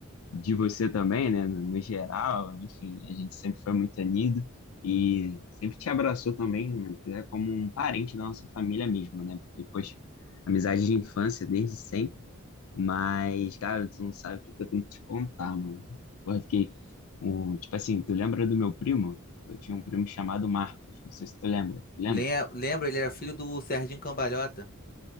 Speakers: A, on the left; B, on the left.
A: de você também, né? No, no geral, enfim, a gente sempre foi muito unido e sempre te abraçou também, né, é como um parente da nossa família mesmo, né? Porque, poxa, amizade de infância desde sempre, mas, cara, tu não sabe o que que eu tenho que te contar, mano. Porra, eu fiquei, um, tipo assim, tu lembra do meu primo? Eu tinha um primo chamado Marcos, não sei se tu lembra. Lembra?
B: Lem- Lembra, ele era filho do Serginho Cambalhota.